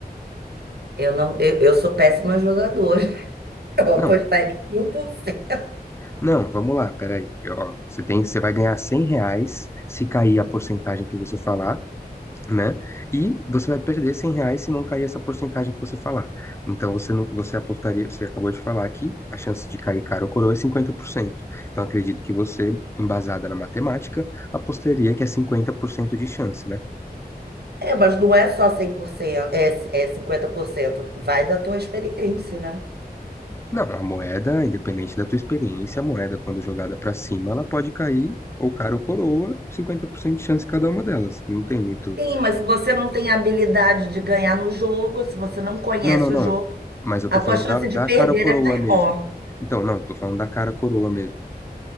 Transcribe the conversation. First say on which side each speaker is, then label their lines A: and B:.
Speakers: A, on the right; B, on the left.
A: Eu não, eu, eu sou péssima jogadora. <laughs> Eu apostaria
B: Não,
A: em um por cento.
B: não, vamos lá, peraí. Ó, você tem, você vai ganhar 100 reais se cair a porcentagem que você falar. né? E você vai perder 100 reais se não cair essa porcentagem que você falar. Então você não, você apostaria, você acabou de falar que a chance de cair cara ou coroa é cinquenta por cento Então acredito que você, embasada na matemática, apostaria que é 50% de chance, né?
A: É, mas não é só 100%, é, é 50%. Vai da tua experiência, né?
B: Não, a moeda, independente da tua experiência, a moeda quando jogada para cima, ela pode cair ou cara ou coroa, 50% de chance cada uma delas. Não tem muito.
A: Sim, mas se você não tem habilidade de ganhar no jogo, se você não conhece
B: Não, não, não.
A: o jogo,
B: Mas eu
A: a
B: tô
A: tua
B: falando
A: chance
B: da, da
A: de perder
B: cara ou coroa
A: é maior.
B: mesmo. Então, não, tô falando da cara ou coroa mesmo.